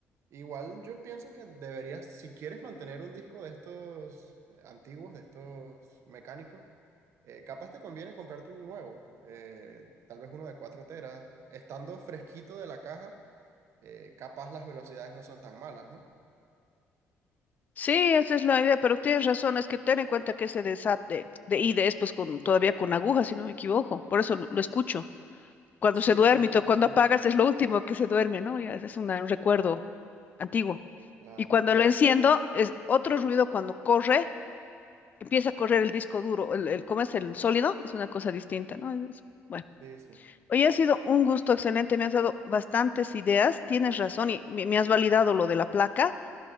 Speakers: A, on the right (about 65°); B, on the left (about 35°).
A: Igual yo pienso que deberías, si quieres mantener un disco de estos eh, antiguos, de estos mecánicos, eh, capaz te conviene comprarte un nuevo, eh, tal vez uno de 4 teras. Estando fresquito de la caja, eh, capaz las velocidades no son tan malas, ¿no?
B: Sí, esa es la idea, pero tienes razón, es que ten en cuenta que ese desate de, de ID es pues con, todavía con agujas, si no me equivoco, por eso lo lo escucho. Cuando
A: Sí,
B: se duerme,
A: sí,
B: y to-
A: son mecánicos.
B: cuando apagas es lo último que se duerme, ¿no? Ya es es una- un recuerdo antiguo.
A: Claro,
B: Y cuando
A: claro.
B: lo enciendo, es otro ruido cuando corre, empieza a correr el disco duro, el, el, ¿cómo es el sólido? Es una cosa distinta, ¿no? Es- bueno,
A: Sí, sí.
B: hoy ha sido un gusto excelente, me has dado bastantes ideas, tienes razón y me me has validado lo de la placa.